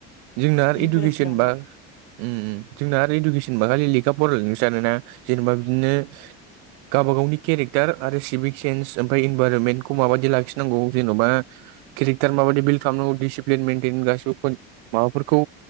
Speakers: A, on the right; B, on the left.
A: जोंना
B: बिदि
A: इडुकेसन
B: मोजांसिन जागौमोन
A: बा
B: आरो
A: उम जोंना आरो इडुकेसनबा खालि लेखा बर' लसो सानोना जेनेबा बिदिनो गाबा गावनि केरेक्टार आरो सिभिक सेन्स ओमफ्राय इनभाइरनमेन्टखौ माबायि लाखिनांगौ जेन'बा केरेक्टार माबायदि बिल्ड खालामनांगौ डिसिप्लिन मेटेन गासिबो फन माबाफोरखौ